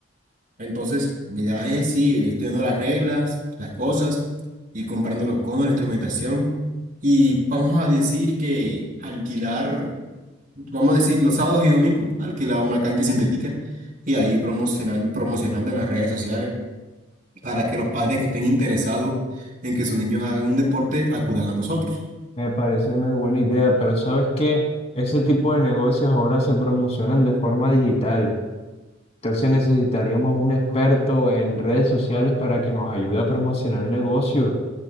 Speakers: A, on the right; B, on the left.
A: Entonces, mi idea es sí, vistiendo las reglas, las cosas, y comprando los conos, la instrumentación. Y vamos a decir que alquilar, vamos a decir los sábados y domingos, alquilar una cancha sintética y ahí promocionan promocionando en las redes sociales para que los padres que estén interesados en que sus niños hagan un deporte acudan a nosotros.
B: me parece una buena idea, pero ¿sabes qué? Ese tipo de negocios ahora se promocionan de forma digital. Entonces necesitaríamos un experto en redes sociales para que nos ayude a promocionar el negocio.